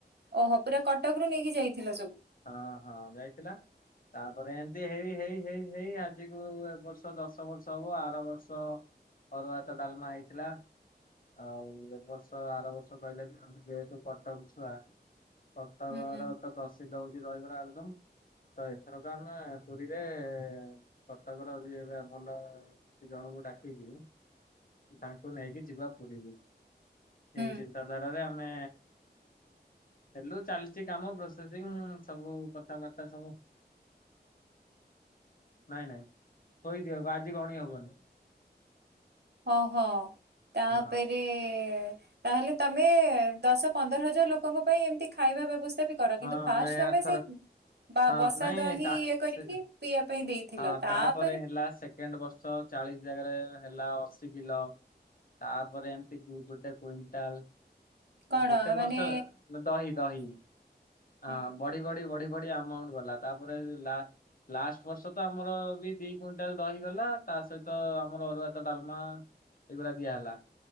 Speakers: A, on the right; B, on the left.
A: ଓହୋ ପୁରା କଟକରୁୁ ନେଇକି ଯାଇଥିଲ ସବୁ?
B: ହଁ ହଁ, ଯାଇଥିଲା। ତାପରେ ଏମତି ହେଇ ହେଇ ହେଇ ହେଇ ଆଜିକୁ ଏ ବର୍ଷ ଦଶ ବର୍ଷ ହବ ଆର ବର୍ଷ। ଅରୁଆ ଭାତ ଡଲମା ହେଇଥିଲା। ଆଉ ଏ ବର୍ଷ ଆର ବର୍ଷ କହିଲେ ଯେ ଆମେ ଯେହେତୁ କଟକ ଛୁଆ। କଟକର
A: ହୁଁ
B: ତ ପ୍ରସିଦ୍ଧ ହଉଛି ଦହିବରା ଆଳୁଦମ୍। ତ ଏଥରକ ଆମେ ପୁରୀରେ କଟକର ହଉଚି ଏବେ ଆ ଭଲ। ସେ ଜଣଙ୍କୁ ଡାକିକି ତାଙ୍କୁ ନେଇକି ଯିବା ପୁରୀକୁ।
A: ହୁଁ
B: ଏଇ ଚିନ୍ତାଧାରାରେ ଆମେ ହେଲୁ ଚାଲଚି କାମ ପ୍ରୋ ସେସିଙ୍ଗ ସବୁ କଥାବାର୍ତା ସବୁ। ନାଇଁ ନାଇଁ ଥୋଇଦିଅ ବା ଆଜି ଗଣି ହବନି।
A: ଅହ ତାପେରେ
B: ହଁ
A: ତାହେଲେ ତମେ ଦଶ ପନ୍ଦର ହଜାର ଲୋକଙ୍କ ପାଇଁ ଏମତି ଖାଇବା ବ୍ୟବସ୍ଥା। ବି କର
B: ହଁ
A: କିନ୍ତୁ ଫାଷ୍ଟ
B: ନାଇଁ
A: ତମେ
B: ଆରଥର
A: ସେଇ ବା
B: ହଁ
A: ବସା
B: ନାଇଁ
A: ଦହି
B: ତା
A: ଇଏ କରିକି।
B: ସେ
A: ପିଇବା ପାଇଁ ଦେଇଥିଲା
B: ହଁ
A: ତାପେରେ।
B: ତାପରେ ହେଲା ସେକେଣ୍ଡ ବର୍ଷ ଚାଳିଶ ଜାଗାରେ ହେଲା ଅଶି କିଲ। ତାପରେ ଏମତି ଗୁ ଗୋଟେ କୁଇଣ୍ଟାଲ୍।
A: କଣ
B: ଗୋଟେ ବର୍ଷ
A: ମାନେ
B: ଦହି ଦହି ହଁ
A: ହୁଁ
B: ବଢି
A: ହୁଁ।
B: ବଢି ବଢି। ବଢ଼ି ଆମାଉଣ୍ଟ ଗଲା ତାପରେ ଲା ଲାଷ୍ଟ। ବର୍ଷ ତ ଆମର ବି ଦି କୁଇଣ୍ଟାଲ୍ ଦହି ଗଲା ତା ସହିତ ଆମର ଅରୁଆଭାତ ଡାଲମା। ଏଇଗୁଡା ଦିଆହେଲା